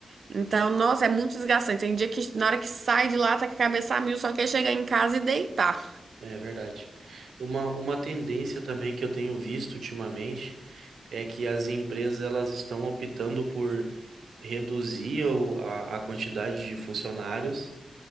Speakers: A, on the right; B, on the right.
A: Então, nossa, é muito desgastante. Tem dia que na hora que sai de lá tá com a cabeça a mil, só quer chegar em casa e deitar.
B: É verdade. Uma, uma tendência também que eu tenho visto ultimamente é que as empresas elas estão optando por reduzir o- a, a quantidade de funcionários